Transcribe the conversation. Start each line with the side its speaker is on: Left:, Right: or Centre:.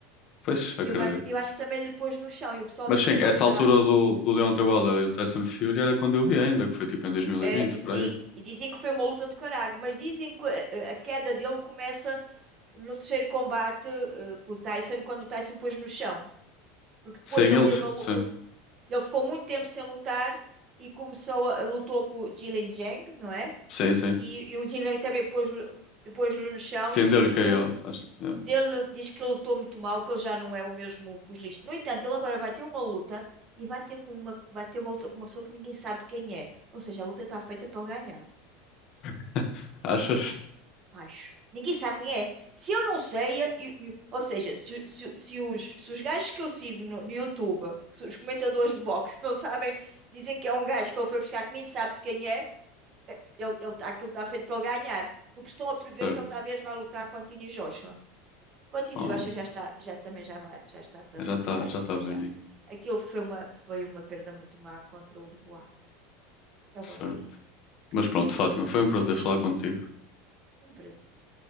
Left: Pois, acredito.
Right: E o gajo, eu acho que também ele pôs no chão e o pessoal
Left: Mas
Right: diz
Left: sim,
Right: que
Left: essa
Right: ele já
Left: altura do, do Deontay Wilder e do Tyson Fury era quando eu vi ainda, que foi tipo em 2020,
Right: é, e
Left: por
Right: sim,
Left: aí.
Right: e dizem que foi uma luta do caralho, mas dizem que eh, eh, a, queda dele começa no terceiro combate eh, com o Tyson, quando o Tyson pôs no chão, porque depois
Left: Sim,
Right: ele
Left: ele.
Right: teve
Left: f-
Right: a luta,
Left: Sim,
Right: ele ficou muito tempo sem lutar e começou a, a- lutou com o Jilin Jang, não é?
Left: sim, sim.
Right: E, e o Jilin também pôs-lhe pôs-lhe no chão
Left: Sim,
Right: e dizem
Left: deu-lhe KO,
Right: que ele
Left: acho. yeah.
Right: Ele diz que ele lutou muito mal, que ele já não é o mesmo pugilista. No entanto, ele agora vai ter uma luta e vai ter com uma, vai ter uma luta com uma pessoa que ninguém sabe quem é. Ou seja, a luta está feita para ele ganhar,
Left: <laughs> Achas?
Right: acho. Ninguém sabe quem é. Se eu não sei, eu- eu- ou seja, se, se- se os, se os gajos que eu sigo no, no YouTube, que são os comentadores de boxe, não sabem, dizem que é um gajo que ele foi buscar que nem sabe-se quem é, ele, ele, tá- aquilo está feito para ele ganhar. Porque estão a
Left: Certo.
Right: prever que ele talvez vá lutar com Anthony Joshua. Contino
Left: Oh,
Right: Joachim já está, já também já vai, já está-se a
Left: já
Right: retirar,
Left: está já
Right: Igor,
Left: tá velhinho.
Right: já. Aquilo foi uma, foi uma perda muito má contra o Dubois. É
Left: Certo.
Right: uma pena.
Left: Mas pronto,
Right: Fico
Left: Fátima,
Right: muito
Left: foi um prazer
Right: triste.
Left: falar contigo.
Right: Um prazer.